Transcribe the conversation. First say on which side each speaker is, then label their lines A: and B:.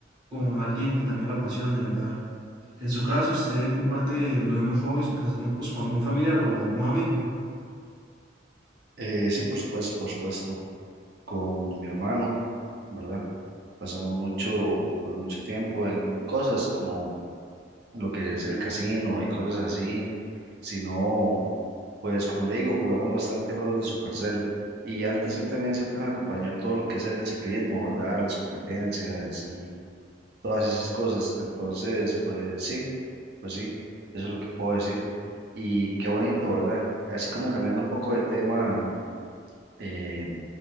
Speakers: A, on the right; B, on the right.
A: con alguien que también la apasione, ¿verdad? En su caso, ¿usted comparte los mismos hobbies o pasatiempos con algún familiar o algún amigo?
B: Eh, sí, por supuesto, por supuesto. Con mi hermano, ¿verdad? Pasamos mucho, pues mucho tiempo en cosas como lo que es el casino y cosas así, sino Pues como le digo, jugamos bastante juegos de Supercell y antes él también siempre me acompañó a todo lo que es el ciclismo, ¿verdad? Las competencias y todas esas cosas. Entonces, pues sí, pues sí, eso es lo que puedo decir. Y qué bonito, ¿verdad? Así como cambiando un poco de tema, eh,